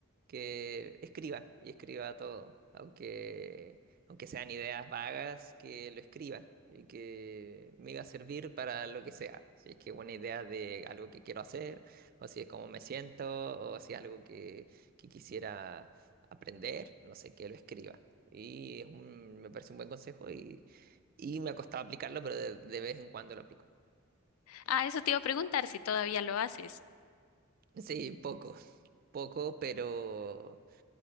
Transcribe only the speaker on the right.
que escriba y escriba todo, aunque, aunque sean ideas vagas, que lo escriba y que me iba a servir para lo que sea. Si es que una idea de algo que quiero hacer, o si es cómo me siento, o si es algo que, que quisiera aprender, no sé, que lo escriba. Y es un- me parece un buen consejo y, y me ha costado aplicarlo, pero de de vez en cuando lo aplico.
Sí, poco, poco, pero,